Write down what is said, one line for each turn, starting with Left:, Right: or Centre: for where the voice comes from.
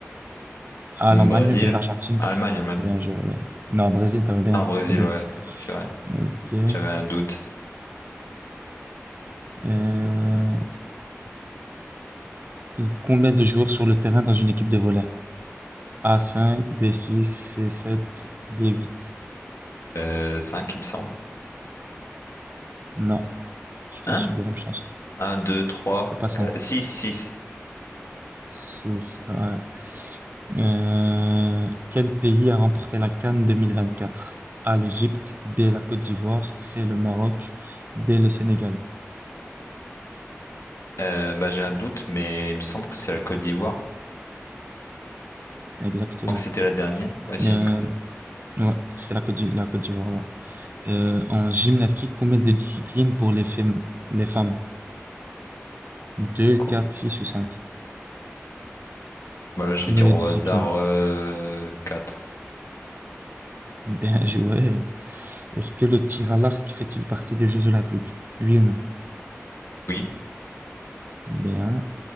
Right: Ah,
Left: hum,
Right: l'Allemagne,
Left: Brésil.
Right: bien l'Argentine.
Left: Allemagne,
Right: c-
Left: Allemagne.
Right: Bien, je, ouais. Non, Brésil, t'avais bien,
Left: Ah, Brésil,
Right: c'était bien.
Left: ouais. Purée.
Right: Ok.
Left: J'avais un doute.
Right: Euh, euh, combien de joueurs sur le terrain dans une équipe de volley? a cinq, b six, c sept, d huit.
Left: Euh, 5, il me semble.
Right: Non. Je te
Left: un,
Right: laisse une deuxième chance.
Left: un 2 3,
Right: C'est pas 5.
Left: 4, 6 6,
Right: 6, ouais. Euh, quel pays a remporté la CAN 2024? A, l'Égypte, B, la Côte d'Ivoire, C, le Maroc, D, le Sénégal.
Left: Euh, bah, j'ai un doute, mais il me semble que c'est la Côte d'Ivoire.
Right: Exactement.
Left: Donc c'était la dernière. Ouais, si.
Right: Euh,
Left: c'est ça.
Right: ouais, c'est la Côte d'I- la Côte d'Ivoire. ouais. Euh, en gymnastique, combien de disciplines pour les fem- les femmes? 2,
Left: Coupe.
Right: 4, 6 ou cinq
Left: Bah là, je
Right: Combien
Left: vais dire
Right: de
Left: au
Right: disciplines?
Left: hasard euh, 4.
Right: Bien <laughs> joué. Est-ce que le tir à l'arc fait-il partie des Jeux Olympiques? Oui ou non?
Left: Oui.
Right: Bien.